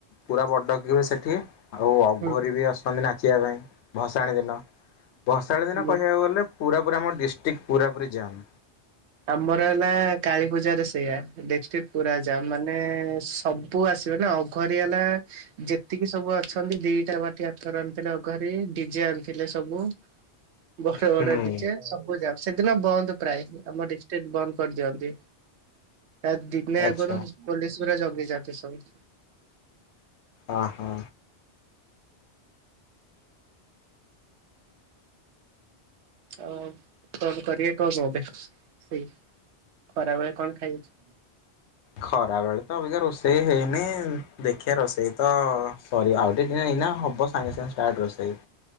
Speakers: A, on the left; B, on the right.
A: ପୁରା ବଡକିବି ସେଠି ଆଉ ଅଘୋରୀ
B: ହୁଁ
A: ବି ଆଶ୍ ଆମେ ନାଚିବା ପାଇଁ ଭସାଣୀ ଦିନ ଭସାଣୀ
B: ହୁଁ
A: ଦିନ କହିବାକୁ ଗଲେ ପୁରାପୁରା ଆମ ଡିଷ୍ଟ୍ରିକ୍ଟ ପୁରାପୁରି ଜାମ୍।
B: ଆମର ହେଲା କାଳୀ ପୂଜାରେ ସେଇଆ ଡିଷ୍ଟ୍ରିକ୍ଟ ପୁରା ଜାମ୍ ମାନେ ସବୁ ପୁ ଆସିବେ ନା ଅଘୋରି ହେଲା ଯେତିକି ସବୁ ଅଛନ୍ତି ଦିଟା ବାଟି ଆଥର ଆଣିଥିଲେ ଅଘୋରେ ଡିଜେ ଆଣିଥିଲେ ସବୁ। ବଡ ବଡ
A: ହୁଁ
B: ଡିଜେ ସବୁ ଯାଉ ସେଦିନ ବନ୍ଦ ପ୍ରାୟ। ଆମ ଡିଷ୍ଟ୍ରିକ୍ଟ ବନ୍ଦ କରିଦିଅନ୍ତି ତା ଦିନେ
A: ଆଚ୍ଛା
B: ଆଗରୁ ପୋଲିସ ପୁରା ଜଗି ଯାଆନ୍ତି ସବୁ।
A: ଓହୋ!
B: ଆ କଣ କରିବେ କବେ ସେଇ ଖରାବେଳେ କଣ ଖାଇବ
A: ଖରାବେଳେ ତ ଅବିକ ରୋଷେଇ ହେଇନି ଦେ ଖିଆ ରୋଷେଇ ତ ସରି ଆଉ ଟିକେ ଏଇନା ହବ ସାଙ୍ଗେ ସାଙ୍ଗେ ଷ୍ଟାର୍ଟ ରୋଷେଇ।